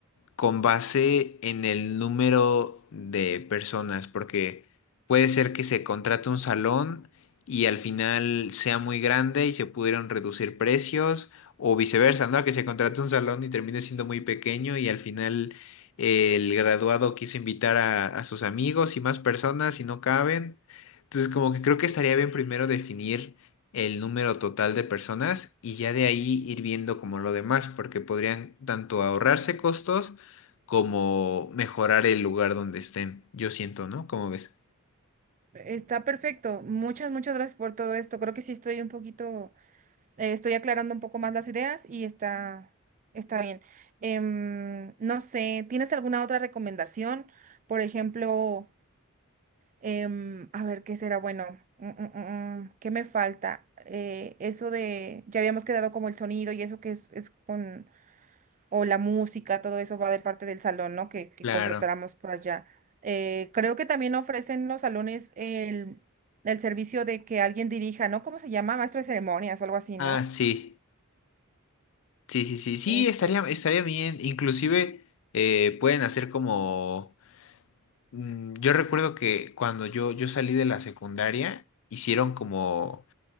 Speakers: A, on the left (about 65°); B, on the right (about 35°).
A: con base en el número de personas, porque puede ser que se contrate un salón y al final sea muy grande y se pudieron reducir precios, o viceversa, ¿no? Que se contrate un salón y termine siendo muy pequeño y al final eh, el graduado quiso invitar a, a sus amigos y más personas y no caben. Entonces, como que creo que estaría bien primero definir el número total de personas y ya de ahí ir viendo como lo demás, porque podrían tanto ahorrarse costos, como mejorar el lugar donde estén. Yo siento, ¿no? ¿Cómo ves?
B: Está perfecto. Muchas, muchas gracias por todo esto. Creo que sí estoy un poquito, eh, estoy aclarando un poco más las ideas y está, está bien. Em, no sé, ¿tienes alguna otra recomendación? Por ejemplo, em, a ver, ¿qué será bueno? Mm, mm, mm, mm, ¿qué me falta? Eh, eso de, ya habíamos quedado como el sonido y eso que es, es con o la música, todo eso va de parte del salón, ¿no? Que, que
A: Claro.
B: contratáramos por allá. Eh, creo que también ofrecen los salones el, el servicio de que alguien dirija, ¿no? ¿Cómo se llama? Maestro de ceremonias o algo así,
A: Ah,
B: ¿no?
A: sí. Sí, sí, sí. Sí,
B: Este,
A: estaría, estaría bien. Inclusive eh, pueden hacer como... mm, Yo recuerdo que cuando yo, yo salí de la secundaria, hicieron como